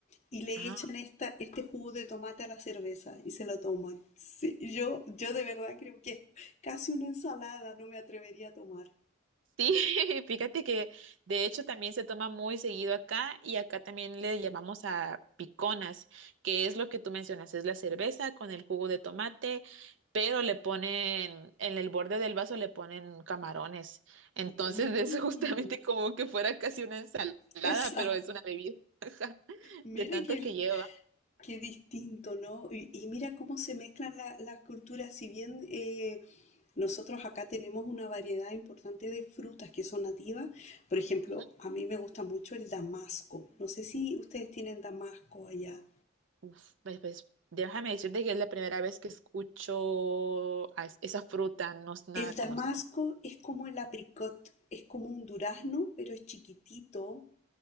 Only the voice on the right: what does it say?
Ajá.
Sí, <laughs> fíjate que de hecho también se toma muy seguido acá y acá también le llamamos a piconas, que es lo que tú mencionas, es la cerveza con el jugo de tomate, pero le ponen, en el borde del vaso le ponen camarones. Entonces
<laughs> es justamente como que fuera casi una ensalada,
pero es una bebida <laughs> ajá,
de tanto
que lleva.
Ujú.
Uf, pues, pues, déjame decirte que es la primera vez que escucho a es- esa fruta, no es nada
conocida.